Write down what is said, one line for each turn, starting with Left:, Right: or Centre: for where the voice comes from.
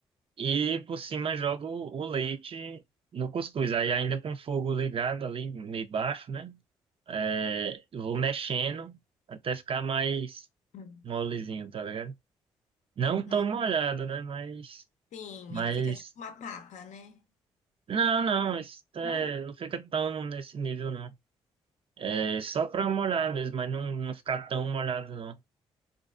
Right: E por cima jogo o leite no cuscuz. Aí ainda com o fogo ligado ali, meio baixo, né? É, eu vou mexendo até ficar mais
Left: Hum.
Right: molezinho, tá ligado? Não
Left: Não.
Right: tão molhado, né? Mas,
Left: Sim,
Right: mas,
Left: ele fica tipo uma papa, né?
Right: não, não, isso é,
Left: Não?
Right: não fica tão nesse nível, não. É só pra molhar mesmo, mas não, não ficar tão molhado, não.